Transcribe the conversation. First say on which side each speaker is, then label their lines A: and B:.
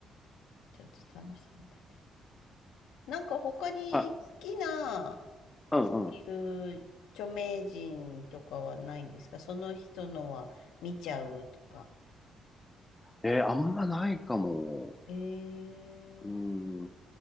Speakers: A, on the left; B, on the left.
A: ちょっと楽しみだけど。なんか他に好きな、
B: まあ、うんうん。
A: そういう著名人とかはないんですかその人のは見ちゃうとか。
B: えーあんまないかも。
A: ええ
B: うん。